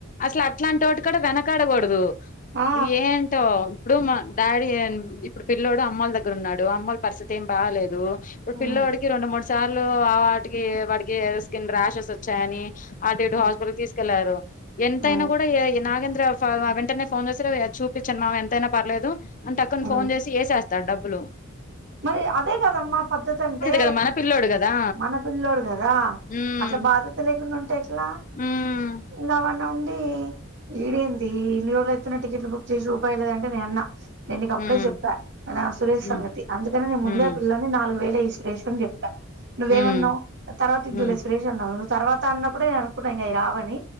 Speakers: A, on the left; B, on the right.
A: అసలు అట్లాంటి వాటి కాడ వెనకాడకూడదు
B: ఆ
A: ఏంటో ఇప్పుడు మ డాడి ఇప్పుడు పిల్ల్లోడు అమ్మోల్ల దగ్గర ఉన్నాడు అమ్మోల్ల పరిస్థితి ఏం బాగలేదు ఇప్పుడు
B: ఉమ్
A: పిల్లోడికి రెండు మూడు సార్లు వాటికి వాటికి స్కిన్ ర్యాషెస్ వచ్చాయని అటు ఇటు
B: ఉమ్
A: హాస్పిటల్కి తీసుకెళ్లారు ఎంతైనా
B: ఉమ్
A: కూడా నాగేంద్ర వెంటనే ఫోన్ చేసి చూపించను మామ ఎంతైనా పర్లేదు అంటే అక్కను
B: ఉమ్.
A: ఫోన్ చేసి వేసేస్త తడబ్బులు
B: మరి అదే కదమ్మా పద్ధతి అంటే
A: కదా మన పిల్లోడు కదా
B: మన పిల్లోడు కదా
A: ఉమ్
B: అట్లా బాధ్యత లేకుండా ఉంటే ఎట్ల
A: ఉమ్
B: ఇలావంట ఉండి ఈడేంది ఇన్ని రోజులుయితున్న టికెట్లు బుక్ చేసి రూపాయి లేదంటే నే అన్నా నేను నీకి అప్పుడే
A: ఉమ్
B: చెప్పా నా సురేష్
A: ఉమ్
B: సంగతి అేను ముందే
A: ఉమ్
B: పిల్లాణ్ణి నాలుగు వేల ఈశ్లేష చెప్ <unintelligible> నువ్వేమన్నావ్
A: ఉమ్
B: తర్వాత ఇద్దులే
A: ఉమ్
B: సురేష్ అన్నావ్ తర్వాత అన్నప్పుడే అనుకున్నా ఇంకావి రావని